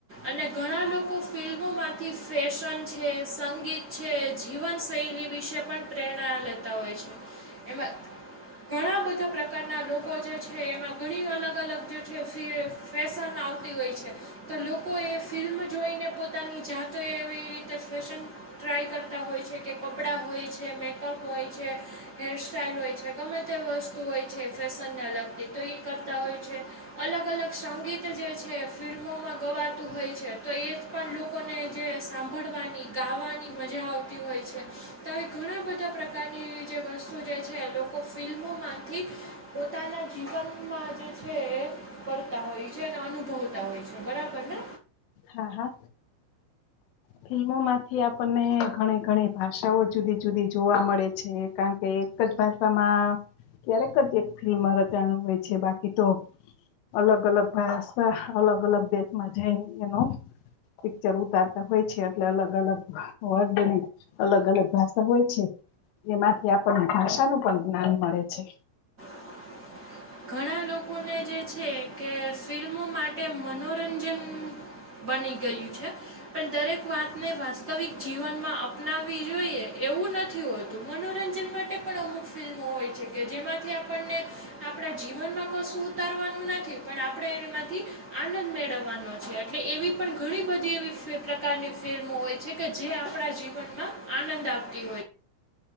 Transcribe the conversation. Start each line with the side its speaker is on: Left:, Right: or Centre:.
Right: અને ઘણા લોકો ફિલ્મોમાંથી ફેશન છે, સંગીત છે, જીવન શૈલી વિશે પણ પ્રેરણા લેતા હોય છે. એમાં ઘણા બધા પ્રકારના લોકો જે છે એમાં ઘણી અલગ અલગ જે છે ફે ફેશન આવતી હોય છે. તો લોકોએ ફિલ્મ જોઈને પોતાની જાતે એવી રીતે ફેશન ટ્રાય કરતાં તા હોય છે, કે કપડાં હોય છે, મેકઅપ હોય છે, હેરસ્ટાઈલ હોય છે, ગમે તે વસ્તુ હોય છે જે ફેશનને લગતી તો ઈ કરતા હોય છે. અલગ અલગ સંગીત જે છે ફિલ્મોમાં ગવાતું હોય છે, તો એ જ પણ લોકોને જે સાંભળવાની, ગાવાની મજા આવતી હોય હોય છે. તો હવે ઘણા બધા પ્રકારની જે વસ્તુ જે છે એ લોકો ફિલ્મોમાંથી પોતાના જીવનમાં જે છે એ કરતાં હોય છે ને અનુભવ તા હોય છે. બરાબર ને?
Left: હા હા ફિલ્મોમાંથી આપણને ઘણી ઘણી ભાષાઓ જુદી જુદી જોવા મળે છે. કારણ કે એક જ ભાષામાં ક્યારેક જ એક ફિલ્મ રચાણુ હોય છે. બાકી તો અલગ અલગ ભાષા, અલગ અલગ દેશમાં જાઈ એનો પિક્ચર ઉતારતા હોય છે. છે એટલે અલગ અલગ વર્ડની અલગ અલગ ભાષા હોય છે. એમાંથી આપણને ભાષાનું પણ જ્ઞાન મળે છે.
Right: <unintelligible> લોકોને જે છે કે ફિલ્મો માટે મનોરંજન બની ગયું છે પણ દરેક વાતને વાસ્તવિક જીવનમાં અપનાવી જોઈએ. એવું નથી હોતું મનોરંજન માટે પણ અમુક ફિલ્મો હોય છે કે જેમાંથી આપણને આપણા જીવનમાં કશું ઉતારવાનું નથી પણ આપણે એમાંથી આનંદ મેળવવાનો છે એટલે એવી પણ ઘણી બધી એવી પ્રકારની ફિલ્મો હોય છે કે જે આપણા જીવનમાં આનંદ આપતી હોય છે.